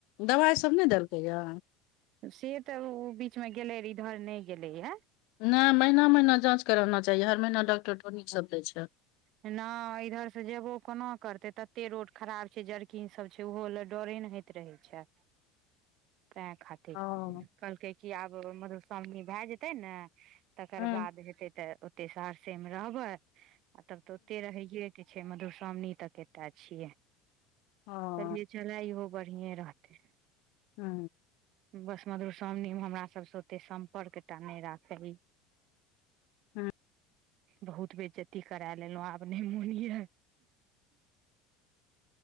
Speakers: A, on the left; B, on the right.
A: दवाइ सब नै देलकै या
B: से तऽ ओ बीचमे गेलै इधर नहि गेलैए
A: नहि महीना महीना जाँच कराना चाही हर महीना डॉक्टर थोड़ी सब लै छै
B: न इधर से जेबो कोना करतै तत्ते रोड खराब छै जर्किंग सब छै ओहो ले डरे न हेतै रहै छै तंए खातिर
A: ओ हूँ
B: कहलकै कि आब मधुश्रामनी भए जेतै न तकर
A: हूँ
B: बाद हेतै तऽ ओते सहरसे मे रहबै आ तब तऽ ओते रहिये कि छै मधुश्रामणी तक एते छियै
A: ओ
B: कहलियै चला इहो बढ़िए रहतै
A: हू
B: बस मधुश्रामणीमे हमरा सबसँ ओतेक सम्पर्कटा नहि राखै
A: हँ
B: बहुत बेज्जती करा लेलौ आब नहि मोन यऽ